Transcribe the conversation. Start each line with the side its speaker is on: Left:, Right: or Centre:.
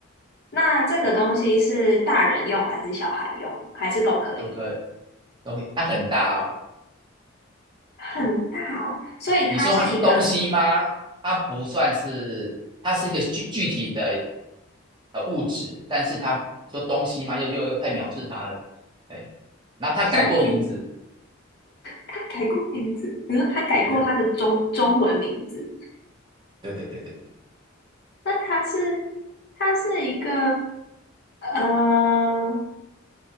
Left: 那这个东西是大人用还是小孩用，还是都可以？
Right: 都可以都可以。它很大哦，
Left: 很大哦，所以它是一个，
Right: 你说它是东西吗？它不算是，它是一个具具体的呃物质，但是它说东西吗？又又又太藐视它了，哎。然后它改过名字，
Left: 所以它改过名字，比如它改过它的中中文名字，
Right: 对对对对对对对。
Left: 那它是它是一个呃